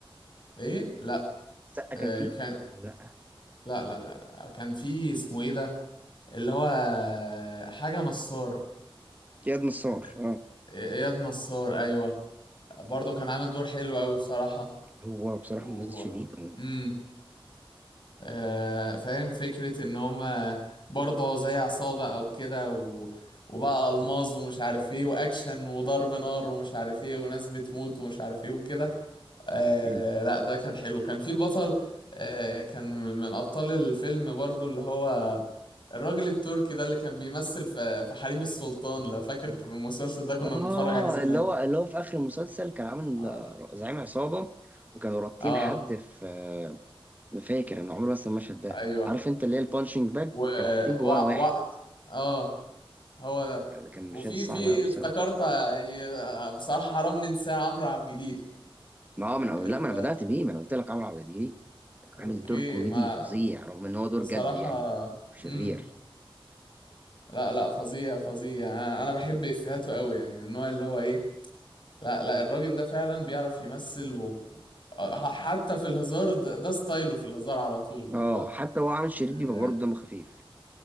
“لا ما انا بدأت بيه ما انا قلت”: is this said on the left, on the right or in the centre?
Right